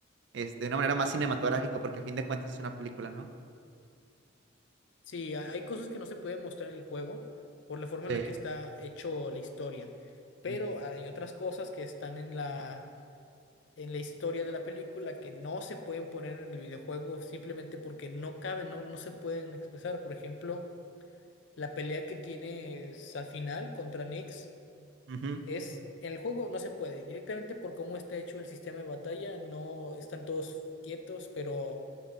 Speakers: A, on the right; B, on the left.
A: este, de una manera más cinematográfica, porque a fin de cuentas es una película, ¿no?
B: Sí, ha- hay cosas que no se pueden mostrar en el juego por la forma
A: Sí.
B: en la que está hecho la historia, pero
A: Ujú.
B: hay otras cosas que están en la en la historia de la película que no se pueden poner en el videojuego simplemente porque no caben, no, no se pueden expresar. Por ejemplo, la pelea que tienes al final contra Nyx
A: Ujú.
B: es en el juego no se puede, directamente por cómo está hecho el sistema de batalla, no están todos quietos, pero